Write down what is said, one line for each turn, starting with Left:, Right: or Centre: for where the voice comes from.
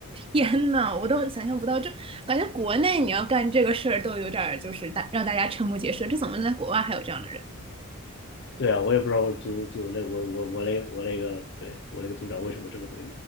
Right: 天呐，我都想象不到，这，感觉国内你要干这个事儿都有点儿就是大让大家瞠目结舌，这怎么能在国外还有这样的人？
Left: 对啊，我也不知道我组组那我我我那我那个对我那个组长为什么这么对